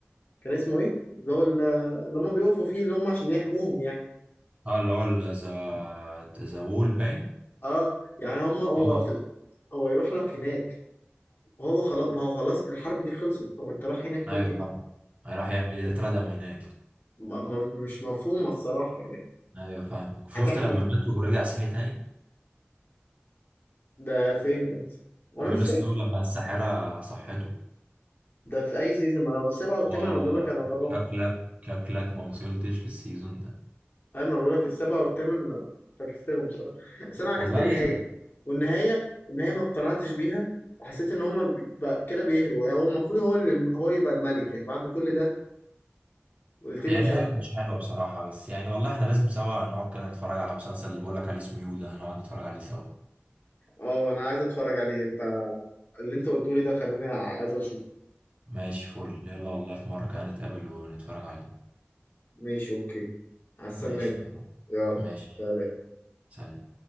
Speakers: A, on the left (about 55°); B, on the right (about 35°).
A: كان اسمه ايه؟ اللي هو ال- اللي هم بيقفوا فيه اللي هم عشان يحموهم يعني
B: اه اللي هو ذا ذا وول باين
A: اه يعني هم هو
B: هو
A: في هو يروح لك هناك وهو خلاص ما هو خلاص الحرب دي خلصت هو انت رايح هناك
B: ايوه
A: ليه تاني
B: فاهم راح يعمل ايه ده اتردم هناك
A: ما ما- مش مفهومة الصراحة يعني
B: ايوه فاهم شفت
A: هتحمي
B: لما
A: ايه؟
B: مات ورجع صحي تاني
A: ده فين انت وانا
B: جون
A: مش فاكر
B: سنو لما الساحرة صحته
A: ده في اي سيزون ما انا السبعة والثامن
B: اه
A: انا بقول لك انا بروح
B: شكلك
A: خلاص
B: شكلك ما وصلتش للسيزون ده
A: ايوه ما انا بقول لك السبعة والثامن فكستلهم بصراحة بس انا عرفت
B: والله
A: النهاية والنهاية النهاية ما اقتنعتش بيها وحسيت ان هما بي- بقى كده بيهروا يعني هو المفروض هو اللي هو يبقى الملك يعني بعد كل ده قلت لي
B: هي
A: مش
B: النهاية
A: عارف
B: ما كانتش حلوة بصراحة بس يعني والله احنا لازم سوا نقعد كده نتفرج على مسلسل اللي بقولك عليه اسمه يو ده هنقعد نتفرج عليه سوا
A: اه انا عايز اتفرج عليه انت اللي انت قلته لي ده خلاني عايز اشوفه
B: ماشي فل يلا والله في مرة كده نتقابل ونتفرج عليه
A: ماشي اوكي هستناك
B: ماشي
A: بقى.
B: تمام.
A: يلا
B: ماشي
A: سلام
B: سلام